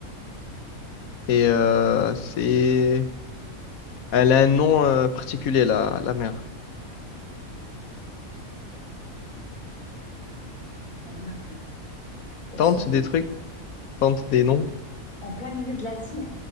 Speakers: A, on the left (about 80°); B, on the left (about 40°).
A: Et euh, c'est... Elle a un nom euh, particulier, la, la mer.
B: la mer euh, au
A: Tente
B: centre de
A: des trucs, tente des noms.
B: En plein milieu de l'Asie.